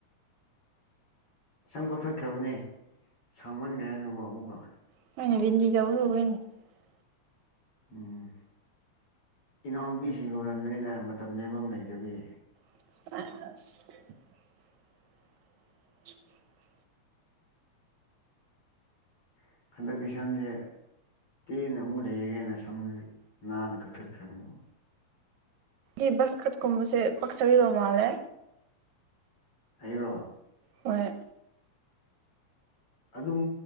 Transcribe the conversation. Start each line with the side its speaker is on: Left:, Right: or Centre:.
Left: ꯁꯝ ꯀꯛꯊꯠꯈ꯭ꯔꯕꯅꯦ ꯁꯥꯡꯃꯟꯈ꯭ꯔꯦ ꯍꯥꯏꯅꯀꯣ ꯑꯃꯨꯛꯀ
Right: <unintelligible>
Left: ꯑꯝ ꯏꯅꯥꯎꯅꯨꯄꯤꯁꯤꯡ ꯂꯣꯟꯍꯟꯕꯅꯤꯗ ꯃꯇꯝ ꯂꯦꯟꯐꯝ ꯂꯩꯇꯕꯒꯤ
Right: <unintelligible> <unintelligible>
Left: <unintelligible> ꯇꯦꯅ ꯑꯃꯨꯛ ꯂꯩꯔꯒꯦꯅ ꯁꯝ ꯅꯥꯟꯅ ꯀꯛꯊꯠꯈ꯭ꯔꯅꯤ
Right: ꯒꯤ ꯕꯖ ꯀꯠ ꯀꯨꯨꯝꯕꯁꯦ ꯄꯛꯆꯕ ꯃꯥꯜꯂꯦ
Left: ꯑꯩꯔꯣ
Right: ꯍꯣꯏ
Left: ꯑꯗꯨꯝ